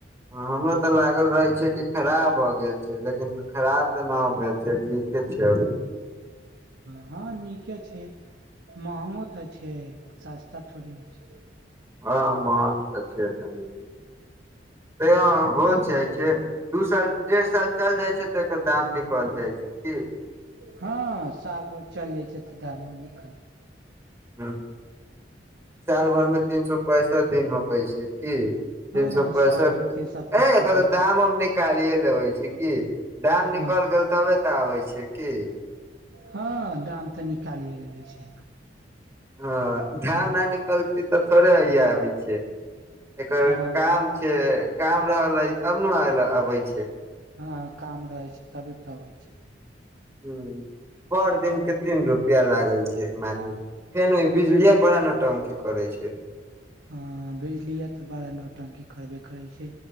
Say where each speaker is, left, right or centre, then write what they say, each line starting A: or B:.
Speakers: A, on the right; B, on the right.
A: हँ हमरा तऽ लागल रहै छै कि खराब भए गेल छै लेकिन खराब तऽ न भेल छै, नीके छै अभी
B: हँ नीके छै, महंगो तऽ छै सस्ता थोड़ी ने छै
A: हँ महंन तऽ छै कनी त हो जाइ छै दू साल, डेढ़ साल चल जाइ छै तऽ एकर दाम निकल जाइ छै की
B: हँ साल भर चल जाइ छै तऽ दामो निकल जाय
A: हँ साल भर मे तीन सो पैंसठ दिन होखै छै की
B: हँ
A: तीन सौ पैसठ
B: साल मे तीन सए पैंसठ
A: ए तब तऽ
B: दिन
A: दाम उम निक कालिये लेबे छै कि। दाम निकलि
B: हँ
A: गेल तबे तऽ आबे छै, की
B: हँ दाम तऽ निकालिये लेबै छै
A: हँ धाम न निकलतै तऽ थोड़े अय य आबै छै। एकर
B: हँ
A: काम छे काम रहलै तब ने आवेल अबै छै
B: हँ काम रहै छै तबे तऽ आबय छै
A: हुँ पर दिन के तीन रुपया लागै छै मानु न फेनू ई बिजलिया बड़ा नौटंकी करै छै
B: हाॅं बिजलीया तऽ बड़ा नौटंकी करबे करै छै